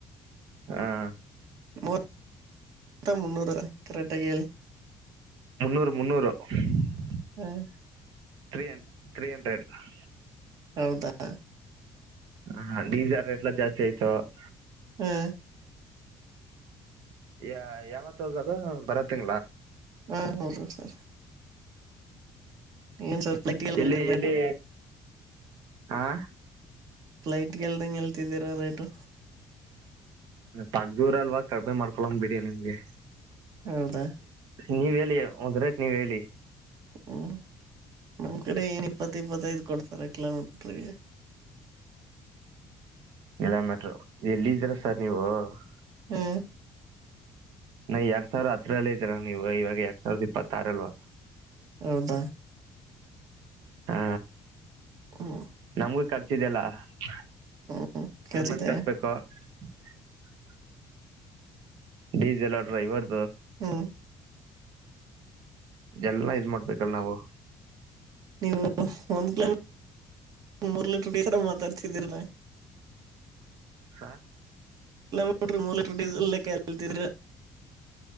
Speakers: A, on the right (about 85°); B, on the right (about 60°).
A: ಹಾ <unintelligible>
B: ಮೂ ಮುನ್ನೂರ ಕರೆಕ್ಟ್ಗ ಹೇಳಿ <unintelligible>
A: ಮುನ್ನೂರು ಮುನ್ನೂರು <unintelligible>
B: ಹ್ಮ <unintelligible>
A: ತ್ರೀ ಹ ತ್ರೀ ಹಂಡ್ರೆಡ್ <unintelligible>
B: ಹೌದಾ <unintelligible>
A: ಹ ಡೀಸೆಲ್ ರೇಟ್ಲ್ಲ ಜಾಸ್ತಿ ಆಯ್ತು <unintelligible>
B: ಹಾ
A: ಯ ಯಾವತ್ ಹೋಗದು ಬರತ್ತ
B: ಹಾ ಹೌದು ಸರ್ <unintelligible> ಏನ್ ಸರ್ <unintelligible>
A: ಎಲ್ಲಿ
B: ನಿಲ್ತೀರ ರೇಟು
A: ಎಲ್ಲಿ, ಹಾ <unintelligible>
B: ಫ್ಲೈಟ್ಗೆಲ್ದಂಗ ಎಲ್ತಿದ್ದೀರಾ ರೈಟು
A: ಪಕ್ದೂರ ಅಲ್ವಾ ಕಡಿಮೇ ಮಾಡ್ಕೊಳಂಗ್ ಬಿಡಿ ನಿಮ್ಗೆ
B: ಹೌದಾ <unintelligible>
A: ನೀವ ಹೇಳಿ ಒಂದ್ ರೈಟ್ ನೀವ ಹೇಳಿ <unintelligible>
B: ಹ್ಮ್ ನಮ್ ಕಡೆ ಏನ್ ಇಪ್ಪತ್ತ ಇಪ್ಪತ್ತೈದು್ ಕೊಡ್ತಾರ ಕಿಲೋಮೀಟ್ರಗೆ <unintelligible> <inaudible>
A: ಕಿಲೋಮೀಟರ್ ಎಲ್ಲಿದ್ದೀರಾ ಸರ್ ನೀವು <unintelligible>
B: ಹ್ಮ್
A: ನಾ ಎರಡ್ ಸಾವಿರದ ಹತ್ರರಲ್ಲ ಇದರ ನೀವ ಇವಾಗ ಎರಡ್ ಸಾವಿರದ ಇಪ್ಪತ್ತಾರಲ್ವಾ <unintelligible>
B: ಹೌದಾ <unintelligible>
A: ಹಾ
B: ಹ್ಮ್
A: ನಮ್ಗೂ ಕರ್ಚಿಧೇಅಲ <unintelligible>
B: ಹ್ಮ್ ಖರ್ಚಿದೆ
A: ಅರಮೆಂಡ ಕಟ್ಬೇಕು <unintelligible> ಡೀಸೆಲ್ ಆ ಡ್ರೈವರ್ದು
B: ಹ್ಮ್
A: ಎಲ್ಲಾ ಇದ್ ಮಾಡ್ಬೇಕಲ್ ನಾವು
B: ನೀವು ಒಂದ್ ಕಿಲೋ ಮೂರ್ ಲೀಟರ್ ಬೇಕರ ಮಾತಾಡ್ತಿದೀಲ್
A: ಹರಿ
B: ಮೋಟ ಮೂಲಟರ್ ಡೀಸೆಲ್ ಲೆಕ್ಕ ಅ ನಿಲ್ತಿದರು